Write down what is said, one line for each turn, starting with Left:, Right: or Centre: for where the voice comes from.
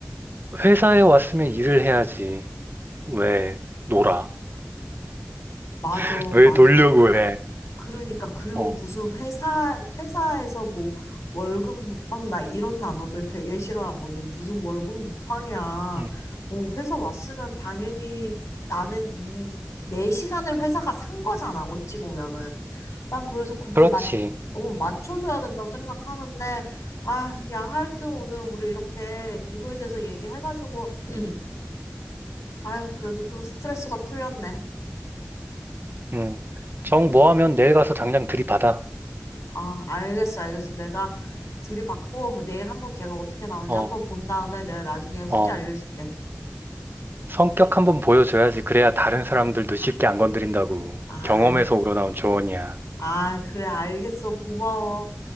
Right: 회사에 왔으면 일을 해야지. 왜 놀아?
Left: 맞아,
Right: <laughs> 왜
Left: 맞아.
Right: 놀려고 해?
Left: 그러니까 그리고
Right: 어.
Left: 무슨 회사 회사에서 뭐 월급 무팡 나 이런 단어들 되게 싫어하거든. 무슨 월급 무팡이야.
Right: 응.
Left: 어, 회사 왔으면 당연히 나는 이 내 시간을 회사가 산 거잖아. 어찌 보면은. 난 그래서 그걸
Right: 그렇지.
Left: 맞 어, 맞춰줘야 된다고 생각하는데 아, 야 하여튼 오늘 우리 이렇게 이거에 대해서 얘기해가지고 <clears throat> 아유 그래도 좀 스트레스가 풀렸네.
Right: 응. 정 뭐 하면 내일 가서 당장 들이받아.
Left: 아, 알겠어, 알겠어. 내가 들이받고 내일 한번 걔가 어떻게 나오는지
Right: 어.
Left: 한번 본 다음에 내가 나중에 후기
Right: 어.
Left: 알려줄게.
Right: 성격 한번 보여줘야지. 그래야 다른 사람들도 쉽게 안 건드린다고.
Left: 아,
Right: 경험에서 우러나온 조언이야.
Left: 아, 그래, 알겠어. 고마워.